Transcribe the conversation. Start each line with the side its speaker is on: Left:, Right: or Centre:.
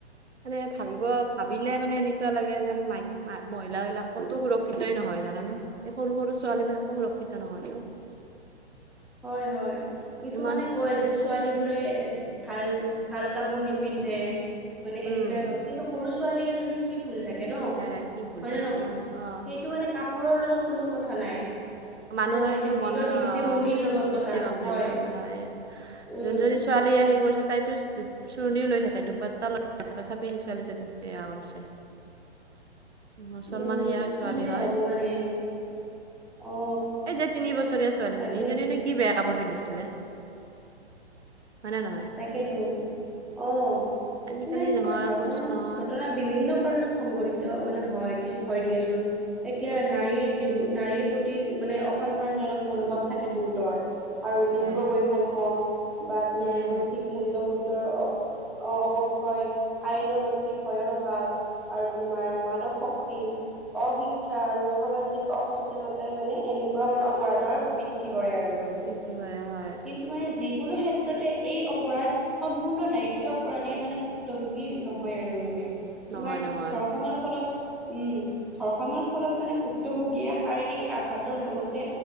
Right: মানে ভাবিব ভাবিলে মানে এনেকুৱা লাগে যেন মাই মহিলাবলাক কতো সুৰক্ষিতই নহয় জানানে সৰু সৰু ছোৱালী বিলাকো সুৰক্ষিত নহয়।
Centre: হয় হয় কিছুমানে
Right: ইমান
Centre: কয় যে ছোৱালী বোৰে ভাল ভাল কাপোৰ নিপিন্ধে মানে
Right: উম
Centre: এনেকুৱাই ক কিন্তু সৰু ছোৱালী এজনীৰ কি ভুল থাকে ন
Right: কি তাই কি ভুল
Centre: হয়নে
Right: থাকে
Centre: নহয় সেইটো
Right: অ
Centre: মানে কাপোৰৰ লগত কোনো কথা নাই।
Right: মানুহৰ
Centre: হয় নে নহয়
Right: এইটো মনৰ
Centre: নিজৰ দৃষ্টিভংগীৰ
Right: অ
Centre: লগত
Right: দৃষ্টিভংগী
Centre: কথা হয়
Right: কথা এই
Centre: উম
Right: যোনজনী ছোৱালী আহি গইছে তাইতো চোৰণিও লৈ থাকে দুপাত তাটা থাপেহি ছোৱালীজনীক বেয়া কৰিছে মুছলমান
Centre: উম
Right: ইয়াৰ
Centre: কি
Right: ছোৱালী
Centre: যে
Right: হয়
Centre: হ'ব মানে অ
Right: এই যে তিনি বছৰীয়া ছোৱালীজনী
Centre: তাকেইতো
Right: সিজনীয়ে কি বেয়া কাপোৰ পিন্ধিছিলে? হয় নে নহয়?
Centre: তাকেতো অ
Right: আজিকালি
Centre: ইমানে
Right: নহয়
Centre: তোমাৰ ধৰ্ষণৰ
Right: কৈছো নহয়
Centre: ঘটনা বিভিন্ন কাৰণত সংঘটিত মানে হয় কিছু হয় দিয়াচোন এতিয়া
Right: হয়
Centre: নাৰীৰ। যিবোৰ নাৰীৰ প্ৰতি মানে অসন্মানজনক মনোভাৱ থাকে বহুতৰ আৰু
Right: তাকে
Centre: লিংগ বৈষম্য বা তোমাৰ
Right: সেয়ে
Centre: নৈশিক মূল্য়বোধৰ অ অৱক্ষয় আইনৰ প্ৰতি ভয়ৰ অভাৱ আৰু তোমাৰ মাদক শক্তি অশিক্ষা আৰু সামাজিক অসচেতনতা মানে এনেকুৱা মানে অপৰাধৰ বৃদ্ধি কৰে আৰু মানে
Right: কি কি কৰে হয়
Centre: কিন্তু মানে যিকোনো ক্ষেত্ৰতে এই অপৰাধ সম্পূৰ্ণ দায়িত্ব অপৰাধীৰ মানে ভুক্তভোগী নহয় আৰু মানে
Right: নহয়
Centre: তোমাৰ
Right: নহয়
Centre: ঘৰ্ষণৰ ফলত উম ধৰ্ষণৰ ফলত মানে ভুক্তভোগীয়ে শাৰীৰিক আঘাতৰ লগতে।